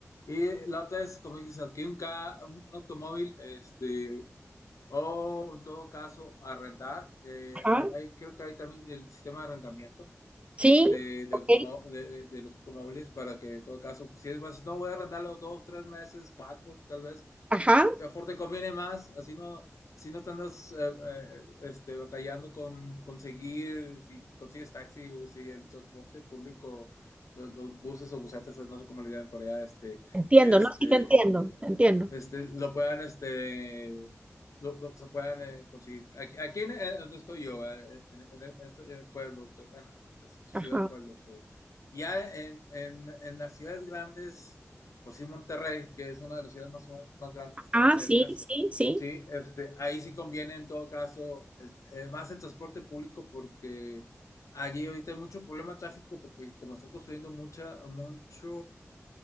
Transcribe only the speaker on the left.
Y la otra es, como dices, adquirir un, ca- un, un automóvil, este, o en todo caso, arrendar. eh,
hay, hay- creo que hay también el sistema de arrendamiento
este, de,
automo- de, de los automóviles para que en todo caso, pues si es más, si no voy a arrendarlo dos, tres meses, cuatro, tal vez.
Mejor te conviene más, así no, así no te andas eh, eh, este, batallando con conseguir, si consigues taxi o si el transporte público, los, los buses o busetas, no sé cómo le llaman por allá, este,
este,
este, lo puedan, este, lo, lo- se puedan eh, conseguir. Aquí, aquí en, eh, donde estoy yo, eh, en, en este eh, pueblo, que, bueno, es ciudad,
pueblo, este, ya en, en, en las ciudades grandes, por sí Monterrey, que es una de las ciudades más, o menos más grandes que están
cerca
sí, este, ahí sí conviene en todo caso eh, eh, más el transporte público porque allí ahorita hay mucho problema de tráfico porque como están construyendo mucha, mucho